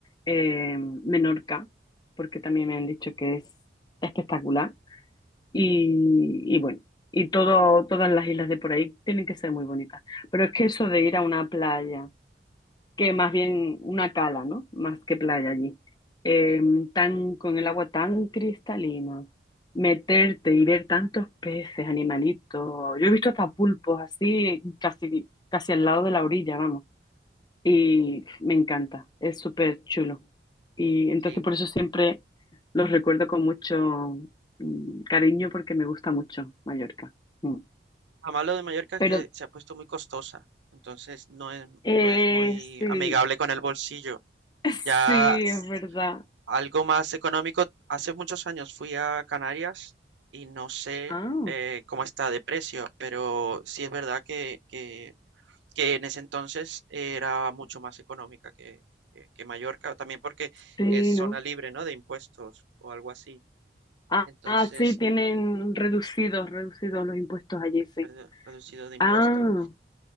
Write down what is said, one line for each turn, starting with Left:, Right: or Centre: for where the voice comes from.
Left: eh, Menorca, porque también me han dicho que es espectacular. Y, y bueno, y todo, todas las islas de por ahí tienen que ser muy bonitas. Pero es que eso de ir a una playa que más bien una cala, ¿no? Más que playa allí. Eh,
Right: Sí,
Left: tan, con el agua tan cristalina, meterte y ver tantos peces, animalitos. Yo he visto hasta pulpos así, casi, casi al lado de la orilla, vamos. Y me encanta, es súper chulo. Y entonces
Right: sí.
Left: por eso siempre los recuerdo con mucho mm, cariño porque me gusta mucho Mallorca. Mm.
Right: Lo malo de Mallorca
Left: Pero
Right: es que se ha puesto muy costosa, entonces no es,
Left: eh,
Right: no es muy
Left: sí,
Right: amigable con el bolsillo.
Left: <laughs>
Right: Ya
Left: sí,
Right: s-
Left: es verdad.
Right: algo más económico, hace muchos años fui a Canarias y no sé
Left: Ah.
Right: eh, cómo está de precio, pero sí es verdad que, que, que en ese entonces era mucho más económica que, que, que Mallorca, también porque
Left: Sí,
Right: es zona
Left: ¿no?
Right: libre, ¿no? De impuestos o algo así.
Left: Ah,
Right: Entonces,
Left: ah, sí, tienen reducidos, reducidos los impuestos allí, sí.
Right: redu- reducido de impuestos.
Left: Ah,